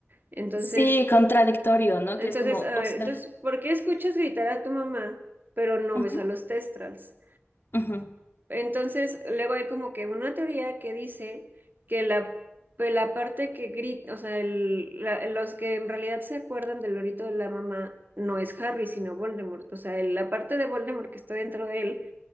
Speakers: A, on the right; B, on the left.
A: Entonces,
B: Sí, contradictorio, ¿no?
A: entonces,
B: Que es como,
A: a ver,
B: o sea,
A: entonces, ¿por qué escuchas gritar a tu mamá, pero no
B: ujú,
A: ves a los Testrals?
B: ujú.
A: Entonces, luego hay como que una teoría que dice que la, pues, la parte que grita, o sea, el- la- los que en realidad se acuerdan del lorito de la mamá no es Harry, sino Voldemort. O sea, el- la parte de Voldemort que está dentro de él,